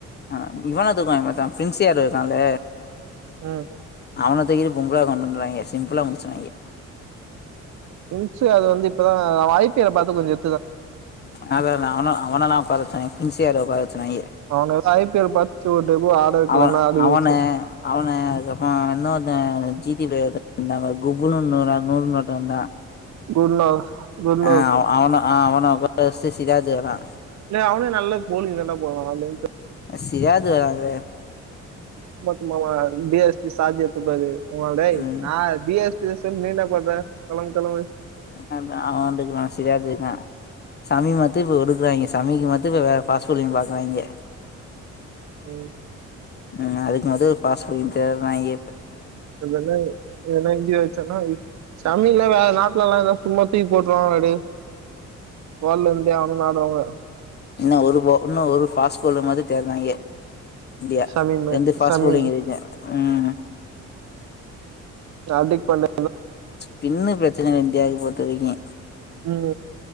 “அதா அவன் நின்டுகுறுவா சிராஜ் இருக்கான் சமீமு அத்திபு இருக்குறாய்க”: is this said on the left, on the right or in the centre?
Left